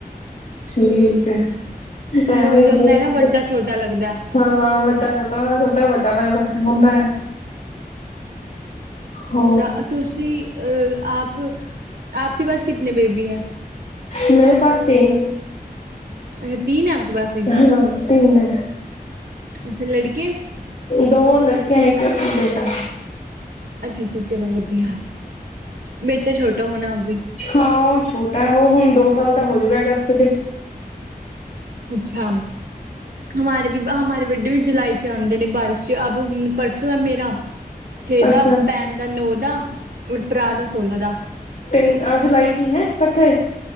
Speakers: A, on the left (about 55°); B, on the right (about 80°).
A: ਠੀਕ ਹੈ ਐਵੇਂ
B: ਉਹ ਜਾਂਦਾ
A: ਹੀ
B: ਹੈ
A: ਹਦਾ
B: ਨਾ ਵੱਡਾ ਛੋਟਾ ਲੱਗਦਾ
A: ਹਾਂ ਵੱਡਾ ਛੋਟਾ ਛੋਟਾ ਵੱਡਾ ਲੱਗਦਾ ਹੁੰਦਾ ਹੈ ਹੋਰ
B: ਤਾਂ ਤੁਸੀਂ ਆਪ ਆਪ ਕੇ ਪਾਸ ਕਿਤਨੀ ਬੇਬੀ ਹੈ
A: ਮੇਰੇ ਪਾਸ ਤਿੰਨ
B: ਅੱਛਾੀਨ ਹੈ ਆਪ ਪਾਸ ਵੀ
A: ਹਾਂ ਤਿੰਨ ਹੈ
B: ਅੱਛ ਲੜਕੇ
A: ਦੋ ਲੜਕੀਆਂ ਇੱਕ ਬੇਟਾ
B: ਅੱਛਾ ਅੱਛਾ ਚਲੋ ਵਧੀਆ ਬੇਟਾ ਛੋਟਾ ਹੋਣਾ ਅਭੀ
A: ਹਾਂ ਉਹ ਛੋਟਾ ਉਹ ਹੁਣ ਦੋ ਸਾਲ ਦਾ ਹੋਜੂਗਾ ਅਗਸਤ ਚ
B: ਅੱਛਾ ਹਮਾਰੇ ਹਮਾਰੇ ਵੱਡੇ ਵੀ ਜੁਲਾਈ ਚ ਆਉਂਦੇ ਨੇ ਬਾਰਿਸ਼ ਚ ਅ ਹੁਣ ਪਰਸੋਂ ਹੈ ਮੇਰਾ ਛੇ ਦਾ
A: ਅੱਛਾ
B: ਭੈਣ ਦਾ ਨੌ ਦਾ ਔਰ ਭਰਾ ਦਾ ਸੋਲਾਂ ਦਾ <unintelligible>
A: ਤਿੰਨ ਅਹ ਜੁਲਾਈ ਚ ਹੈ ਪੱਠੇ